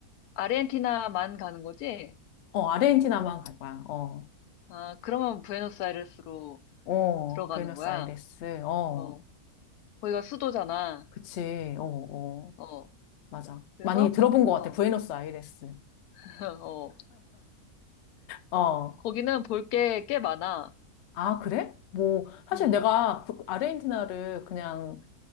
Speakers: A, on the left; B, on the left.
A: 아르헨티나만 가는 거지?
B: 어, 아르헨티나만 갈 거야. 어,
A: 아, 그러면 부에노스아이레스로
B: 어,
A: 들어가는
B: 부에노스아이레스,
A: 거야?
B: 어,
A: 어, 거기가 수도잖아.
B: 그치. 어, 어.
A: 어,
B: 맞아.
A: 그래서,
B: 많이 들어본
A: 부-
B: 것 같아.
A: 어,
B: 부에노스아이레스.
A: <laughs> 어,
B: 어.
A: 거기는 볼 게 꽤 많아.
B: 아, 그래? 뭐, 사실
A: 음,
B: 내가 부- 아르헨티나를 그냥